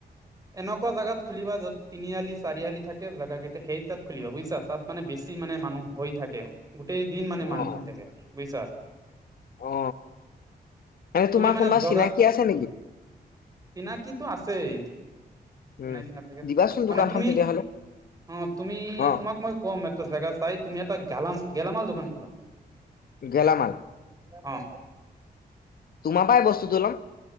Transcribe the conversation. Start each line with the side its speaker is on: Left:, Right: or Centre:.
Right: এনেকুৱা জাগাত খুলিবা য'ত তিনিআলি চাৰিআলি থাকে জেগা কেইটা সেই তাত খুলিবা বুজিছা। তাত মানে বেছি মানে মানুহ হৈ থাকে। গোটেই দিন মানে মানি
Left: অ
Right: হৈ থাকে বুজিছা।
Left: অ এনে
Right: তুমি
Left: তোমাৰ
Right: মানে
Left: কোনোবা
Right: জগাত।
Left: চিনাকি আছে নেকি
Right: চিনাকি আছেই। চিনাকি
Left: উম
Right: নাথাকে,
Left: দিবাচোন
Right: মানে
Left: দোকানখন
Right: তুমি
Left: তেতিয়াহ'লে
Right: অঁ তুমি
Left: অ
Right: তোমাক মই কম এটা জোগা চাই তুমি এটা গেলাম গেলামাল দোকান খোলা।
Left: গেলামাল।
Right: অঁ।
Left: তোমাৰ পৰাই বস্তুটো লম।